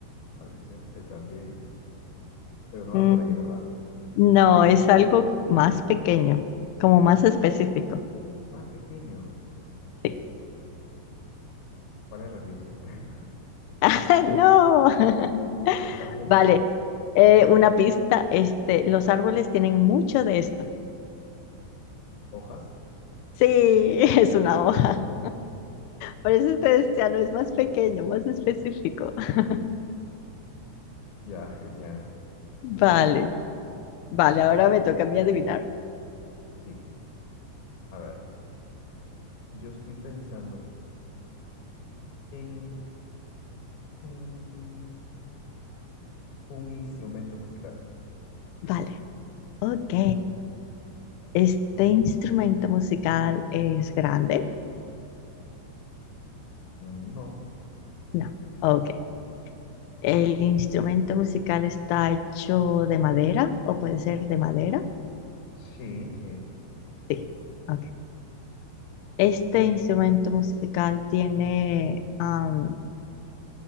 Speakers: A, on the left; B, on the left.
A: al césped también, pero no
B: Mm,
A: va por ahí, ¿verdad?
B: No, es algo más pequeño, como más específico.
A: Más pequeño.
B: Sí.
A: ¿Cuál es rendirse? <laughs>
B: <laughs> ¡Ah, No. <laughs>
A: Lo estás viendo,
B: Vale,
A: me dices.
B: eh, una pista, este, los árboles tienen mucho de esto.
A: ¿Hojas?
B: Sí, <laughs> es una hoja. Por eso te decía, no es más pequeño, más específico. <laughs>
A: Ya, genial,
B: Vale.
A: genial, Bene.
B: Vale, ahora me toca a mí adivinar.
A: Sí, a ver, yo estoy pensando en mm, un instrumento musical.
B: Vale, ok. ¿Este instrumento musical es grande?
A: No,
B: No, ok. ¿El instrumento musical está hecho de madera o puede ser de madera?
A: sí, sí.
B: Sí, ok. ¿Este instrumento musical tiene am,